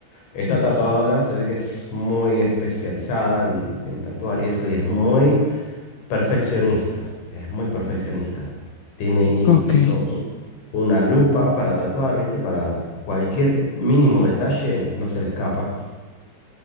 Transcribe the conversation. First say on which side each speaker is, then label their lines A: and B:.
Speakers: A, on the left; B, on the left.
A: Esta
B: Sí, sí,
A: tatuadora
B: sí.
A: se ve que es muy especializada en, en tatuar y eso, y es muy perfeccionista, es muy perfeccionista. Tiene incluso
B: Ok,
A: un- una lupa para tatuar, ¿viste? Para cualquier mínimo detalle no se le escapa.